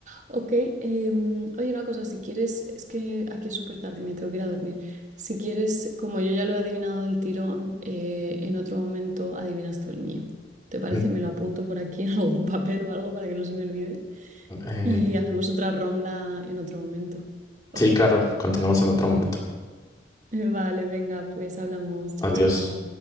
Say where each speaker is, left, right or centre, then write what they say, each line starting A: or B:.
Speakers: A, on the right; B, on the left.
A: Ok, em, oye, una cosa, si quieres, es que aquí es súper tarde y me tengo que ir a dormir. Si quieres, como yo ya lo he adivinado del tirón, eh, en otro momento adivinas tú el mío. ¿Te parece?
B: Mm,
A: Me lo apunto por aquí en <laughs> algún papel o algo para que no se me olvide.
B: eh,
A: Y hacemos otra ronda en otro momento. ¿Ok?
B: sí, claro. Continuamos en otro momento.
A: <laughs> Vale, venga, pues hablamos. Chao,
B: Adiós.
A: chao.